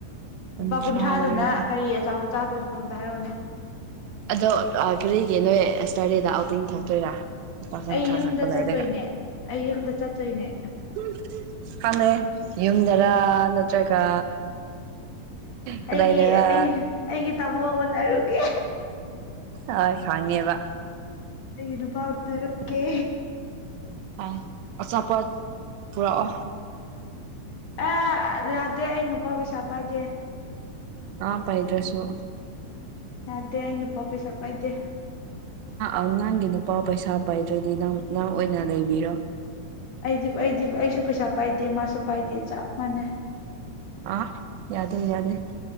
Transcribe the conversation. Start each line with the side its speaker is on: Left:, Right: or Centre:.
Right: ꯀꯨꯟꯊ꯭ꯔꯥ
Left: ꯂꯨꯄꯥ ꯀꯨꯟꯊ꯭ꯔꯥꯗꯨꯅ
Right: ꯂꯩꯔꯗꯤ
Left: ꯀꯔꯤ ꯑꯆꯥꯄꯣꯠ ꯆꯥꯗꯣꯏꯅꯣ ꯑꯝꯇ ꯍꯥꯏꯔꯛꯎꯅꯦ
Right: ꯑꯗꯣ ꯀꯔꯤꯒꯤ ꯅꯣꯏ ꯁ꯭ꯇꯔꯗꯦꯗ ꯑꯥꯎꯇꯤꯡ ꯊꯣꯛꯇꯣꯏꯔꯥ ꯂꯨꯄꯥ ꯀꯨꯟꯊ꯭ꯔꯥ
Left: ꯑꯩ ꯌꯨꯝꯗ
Right: ꯈꯛꯇ ꯂꯩꯔꯒ
Left: ꯆꯠꯇꯣꯏꯅꯦ ꯑꯩ ꯌꯨꯝꯗ ꯆꯠꯇꯣꯏꯅꯦ
Right: <unintelligible> ꯌꯨꯝꯗꯔꯥ ꯅꯠ ꯇ꯭ꯔꯒ ꯀꯗꯥꯏꯗꯔꯥ
Left: ꯑꯩꯒꯤ ꯑꯩ ꯑꯩꯒꯤ ꯇꯥꯃꯣ ꯎꯅꯔꯨꯒꯦ
Right: ꯍꯣꯏ ꯈꯪꯉꯦꯕ
Left: ꯑꯩꯒꯤ ꯅꯨꯄꯥꯖꯔꯛꯀꯦ
Right: ꯑ ꯑꯆꯥꯄꯣꯠ ꯄꯨꯔꯛꯑꯣ
Left: ꯑ ꯂꯥꯗꯦ ꯑꯩ ꯅꯨꯄꯥ ꯄꯩꯁꯥ ꯄꯥꯏꯗꯦ
Right: ꯑ ꯄꯥꯏꯗ꯭ꯔꯁꯨꯁꯨ
Left: ꯌꯥꯗꯦ ꯑꯩ ꯅꯨꯄꯥ ꯄꯩꯁꯥ ꯄꯥꯏꯗꯦ
Right: ꯑꯉꯥꯡꯒꯤ ꯅꯨꯄꯥ ꯄꯩꯁꯥ ꯄꯥꯏꯗ꯭ꯔꯗꯤ ꯅꯪ ꯅꯪ ꯑꯣꯏꯅ ꯂꯩꯕꯤꯔꯣ
Left: ꯑꯩꯗꯤ ꯑꯩꯗꯤ ꯑꯩꯁꯨ ꯄꯩꯁꯥ ꯄꯥꯏꯗꯦ ꯃꯥꯁꯨ ꯄꯥꯏꯗꯦ ꯆꯞ ꯃꯥꯟꯅꯩ
Right: ꯑ ꯌꯥꯗꯣ ꯌꯥꯗ